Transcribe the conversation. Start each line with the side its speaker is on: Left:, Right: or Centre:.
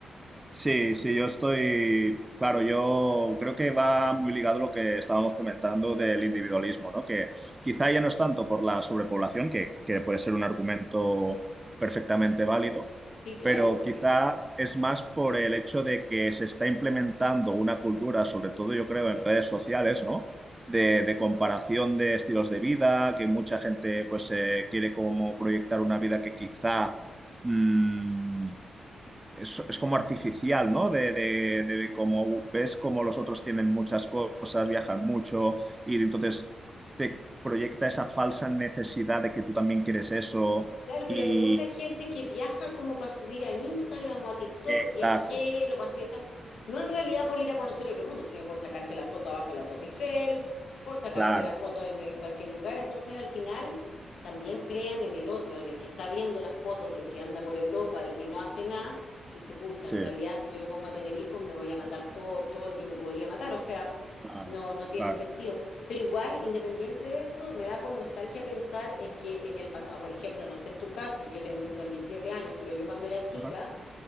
Right: Sí, sí, yo estoy, claro, yo creo que va muy ligado a lo que estábamos comentando del individualismo, ¿no? Que quizá ya no es tanto por la sobrepoblación, que, que puede ser un argumento perfectamente válido,
Left: Sí, claro.
Right: pero quizá es más por el hecho de que se está implementando una cultura, sobre todo yo creo en redes sociales, ¿no? De, de comparación de estilos de vida, que mucha gente pues eh, quiere como proyectar una vida que quizá... mm, es, es como artificial, ¿no? De, de, de como ves como los otros tienen muchas cosas, viajan mucho y entonces te proyecta esa falsa necesidad de que tú también quieres eso
Left: Claro, pero
Right: y...
Left: hay mucha gente que viaja como para subir a Instagram o a TikTok.
Right: Exacto,
Left: Viajé, lo pasé tan... No en realidad por ir a conocer otro mundo, sino por sacarse la foto abajo de la Torre Eiffel, por sacarse
Right: claro,
Left: la foto en, en cualquier lugar. Entonces, al final, también crean en el otro, en el que está viendo las fotos del que anda por Europa y que no hace nada. Dice, pucha,
Right: sí,
Left: en realidad, si yo me pongo a tener hijos, me voy a matar todo, todo lo que me podría matar. O sea,
Right: claro,
Left: no, no tiene
Right: claro.
Left: sentido. Pero igual, independiente de eso, me da como nostalgia pensar en que en el pasado, por ejemplo, no sé en tu caso, yo tengo 57 años, pero yo cuando era chica
Right: Ajá,